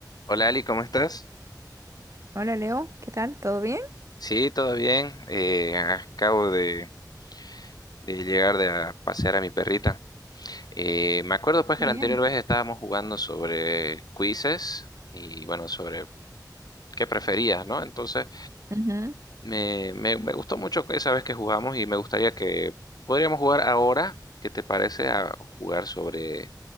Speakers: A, on the left (about 60°); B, on the right (about 45°).
A: Hola Ali, ¿cómo estás?
B: Hola Leo, ¿qué tal? ¿Todo bien?
A: Sí, todo bien. eh, acabo de, de llegar de a pasear a mi perrita. Eh, me acuerdo pues
B: Todo
A: que la
B: Bien.
A: anterior vez estábamos jugando sobre quizzes y bueno, sobre qué preferías, ¿no? Entonces
B: Ujú.
A: me, me, me gustó mucho esa vez que jugamos y me gustaría que podríamos jugar ahora, ¿qué te parece a jugar sobre